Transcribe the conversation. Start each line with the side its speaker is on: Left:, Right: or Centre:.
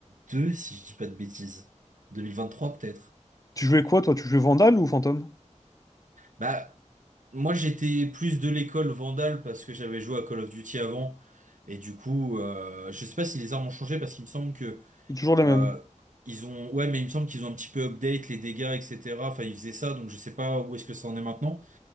Right: deux si je dis pas de bêtises. 2023 peut-être.
Left: Tu jouais quoi, toi? Tu jouais Vandal ou Fantôme?
Right: Bah, moi j'étais plus de l'école Vandal parce que j'avais joué à Call of Duty avant. Et du coup, euh, je sais pas si les armes ont changé parce qu'il me semble que
Left: C'est Toujours les
Right: euh,
Left: mêmes.
Right: ils ont. Ouais, mais il me semble qu'ils ont un petit peu update les dégâts, etc. Enfin, ils faisaient ça, donc je sais pas où est-ce que ça en est maintenant.